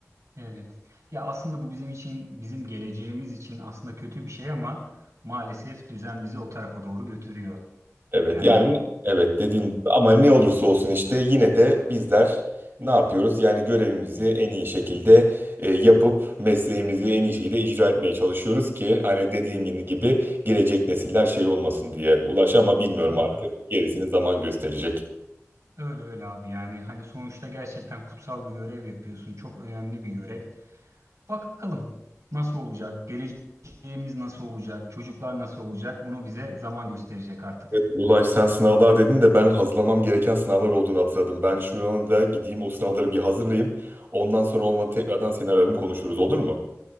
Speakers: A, on the right; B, on the right.
A: Evet. Ya aslında bu bizim için, bizim geleceğimiz için aslında kötü bir şey ama maalesef düzen bizi o tarafa doğru götürüyor.
B: Evet
A: Yani
B: yani evet dediğim gibi. ama ne olursa olsun işte yine de bizler ne yapıyoruz? Yani görevimizi en iyi şekilde e, yapıp mesleğimizi en iyi şekilde icra etmeye çalışıyoruz ki hani dediğin gibi gelecek nesiller şey olmasın diye. Ulaş ama bilmiyorum
A: tabii
B: artık
A: abi.
B: gerisini zaman gösterecek.
A: Öyle öyle abi. Yani hani sonuçta gerçekten kutsal bir görev yapıyorsun. Çok önemli bir görev. Bakalım nasıl olacak, geleceğimiz nasıl olacak, çocuklar nasıl olacak bunu bize zaman gösterecek artık.
B: Evet, Ulaş sen sınavlar dedin de ben hazırlamam gereken sınavlar olduğunu hatırladım. Ben şu anda gideyim o sınavları bir hazırlayayım. Ondan sonra olmadı tekrardan seni ararım konuşuruz olur mu?